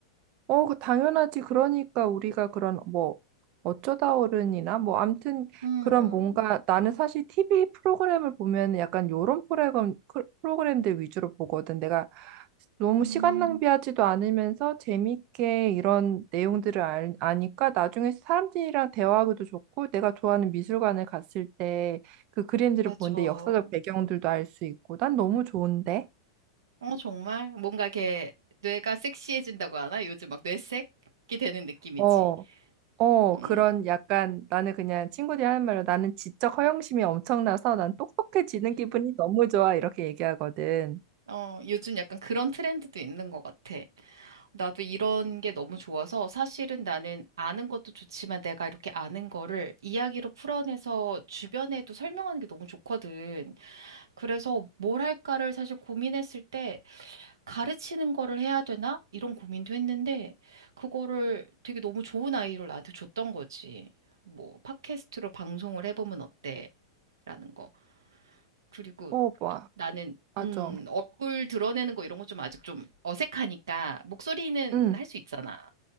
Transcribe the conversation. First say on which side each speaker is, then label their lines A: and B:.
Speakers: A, on the right; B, on the right.
A: 어, 그 당연하지. 그러니까 우리가 그런 뭐 어쩌다 어른이나 뭐 암튼
B: 음,
A: 그런 뭔가 나는 사실 TV 프로그램을 보면 약간 요런 프로그램, 크- 프로그램들 위주로 보거든. 내가 너무
B: 음,
A: 시간 낭비하지도 않으면서 재밌게 이런 내용들을 알- 아니까 나중에 사람들이랑 대화하기도 좋고 내가 좋아하는 미술관에 갔을 때 그 그림들을
B: 맞아.
A: 보는데
B: 어,
A: 역사적 배경들도 알 수 있고 난 너무 좋은데.
B: 정말? 뭔가 이렇게 뇌가 섹시해진다고 하나? 요즘 막 뇌색이 되는 느낌이지.
A: 어. 어,
B: 음,
A: 그런 약간 나는 그냥 친구들이 하는 말로 나는 지적 허영심이 엄청나서 난 똑똑해지는 기분이 너무 좋아. 이렇게 얘기하거든.
B: 어, 요즘 약간 그런 트렌드도 있는 것 같아. 나도 이런 게 너무 좋아서 사실은 나는 아는 것도 좋지만 내가 이렇게 아는 거를 이야기로 풀어내서 주변에도 설명하는 게 너무 좋거든. 그래서 뭘 할까를 사실 고민했을 때 가르치는 거를 해야 되나? 이런 고민도 했는데 그거를 되게 너무 좋은 아이디어를 나한테 줬던 거지. 뭐 팟캐스트로 방송을 해보면 어때? 라는 거. 그리고
A: 어, 뭐,
B: 나는
A: 맞아.
B: 음, 얼굴 드러내는 거 이런 거 좀 아직 좀 어색하니까 목소리는
A: 응.
B: 할 수 있잖아.